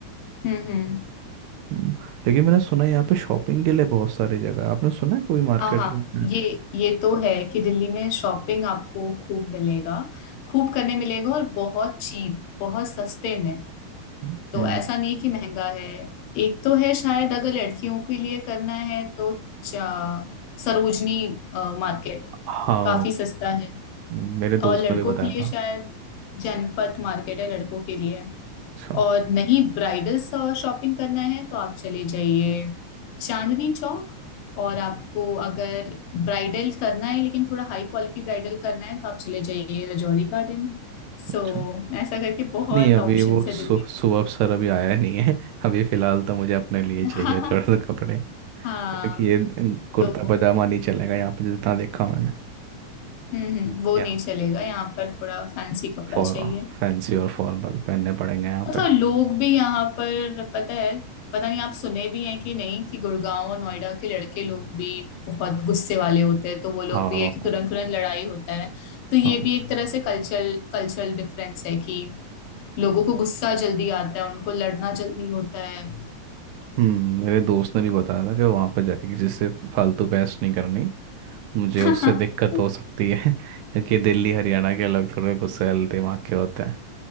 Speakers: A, on the left; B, on the right.
A: हम्म
B: हम्म, लेकिन मैंने सुना है यहाँ पे शॉपिंग के लिए बहुत सारी जगह है आपने सुना है कोई मार्केट
A: हाँ हाँ
B: यहाँ पे
A: ये ये तो है कि दिल्ली में शॉपिंग आपको खूब मिलेगा खूब करने मिलेगा और बहुत चीप बहुत सस्ते में
B: हम्म
A: तो ऐसा नहीं कि महंगा है एक तो है शायद अगर लड़कियों के लिए करना है तो चा- सरोजनी मार्केट
B: हाँ
A: काफी सस्ता है
B: मेरे दोस्त
A: और लड़कों
B: ने भी बताया
A: के लिए
B: था
A: शायद जनपथ मार्केट है लड़कों के लिए
B: अच्छा
A: और नहीं ब्राइडल शॉपिंग करना है तो आप चले जाइए चांदनी चौक और आपको अगर ब्राइडल करना है लेकिन थोड़ा हाई क्वालिटी ब्राइडल करना है तो आप चले जाइए रजौरी गार्डन
B: अच्छा
A: सो ऐसा करके बहुत
B: नहीं अभी
A: ऑप्शंस
B: वो सु,
A: है दिल्ली
B: सुबह सर अभी आया नहीं है <laughs> अभी फिलहाल तो मुझे अपने लिए
A: <laughs>
B: चाहिए थोड़ा सा कपड़े
A: हाँ
B: देखिए कुर्ता
A: तो
B: पजामा नहीं चलेगा यहाँ पे जितना देखा मैंने
A: हम्म हम्म, वो
B: या
A: नहीं चलेगा यहाँ पर थोड़ा फैंसी कपड़ा
B: फॉर
A: चाहिए
B: फैंसी और फॉर्मल पहनने पड़ेंगे यहाँ
A: और
B: पे
A: थोड़ा लोग भी यहाँ पर पता है पता नहीं आप सुने भी हैं कि नहीं कि गुड़गांव और नोएडा के लड़के लोग भी बहुत गुस्से वाले होते हैं तो वो लोग
B: हाँ
A: भी है कि तुरंत तुरंत लड़ाई होता है तो ये
B: हाँ
A: भी एक तरह से कल्चरल कल्चरल डिफरेंस है कि लोगों को गुस्सा जल्दी आता है उनको लड़ना जल्दी होता है
B: हम्म मेरे दोस्त ने भी बताया था कि वहाँ पे जाके किसी से फालतू बहस नहीं करनी मुझे
A: <laughs>
B: उससे दिक्कत हो सकती है <laughs> क्योंकि दिल्ली हरियाणा के लोग थोड़े गुस्सैल दिमाग के होते हैं